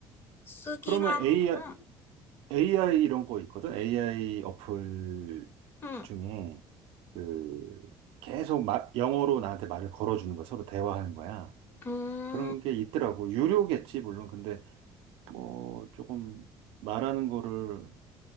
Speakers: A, on the left (about 25°); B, on the right (about 85°).
A: 쓰기랑,
B: 그러면 AI,
A: 응,
B: AI 이런 거 있거든? AI 어플
A: 응,
B: 중에, 그, 계속 마, 영어로 나한테 말을 걸어주는 거야. 서로 대화하는 거야.
A: 응,
B: 그런 게 있더라고. 유료겠지, 물론. 근데, 뭐, 조금 말하는 거를,